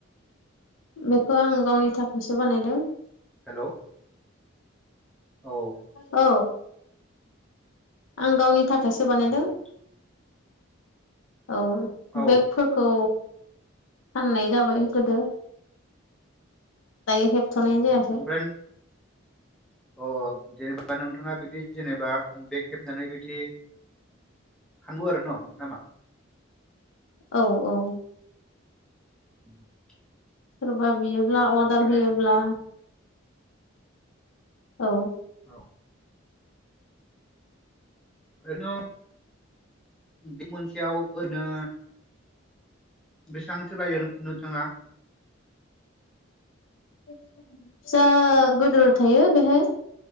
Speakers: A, on the left; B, in the centre.
A: बेखौ आं गावनि थाखायसो बानायदों।
B: हेलौ। औ
A: औ। आं गावनि थाखायसो बानायदों।
B: उम,
A: औ
B: औ उम,
A: बेगफोरखौ फाननाय जाबाय गोदो। दायो हेबथ'नाय
B: ओमफ्राय
A: जायाखै।
B: अ जेनेबा नोंथाङा बिदि जेनेबा बेग हेबनानै बिदि हांगौ आरो न' नामा।
A: औ औ।
B: <inaudible>
A: सोरबा बियोब्ला
B: बा
A: अर्डार
B: थिगानो
A: होयोब्ला औ।
B: औ ओरैनो बेग मोनसेयाव ओरैनो बेसांसो लायो नोंथाङा
A: फिसा गोदोर थायो बेहाय‌